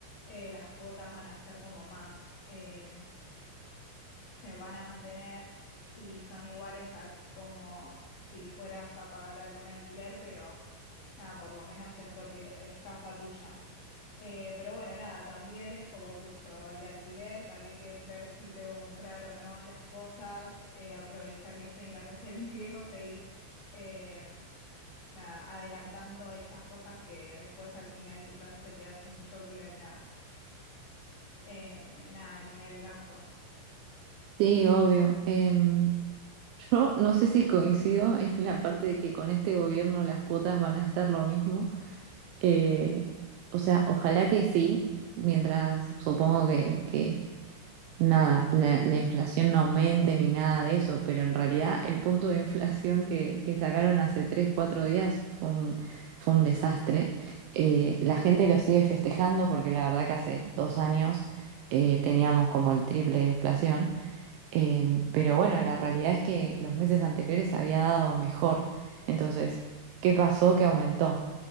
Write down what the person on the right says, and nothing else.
Sí, obvio. Em, yo no sé si coincido en la parte de que con este gobierno las cuotas van a estar lo mismo. Eh, o sea, ojalá que sí, mientras supongo que, que Nada, la, la inflación no aumente ni nada de eso, pero en realidad el punto de inflación que, que sacaron hace 3 4 días fue un, fue un desastre. Eh, la gente lo sigue festejando porque la verdad que hace dos años eh, teníamos como el triple de inflación. Em, pero bueno, la realidad es que los meses anteriores había dado mejor. Entonces, ¿qué pasó que aumentó?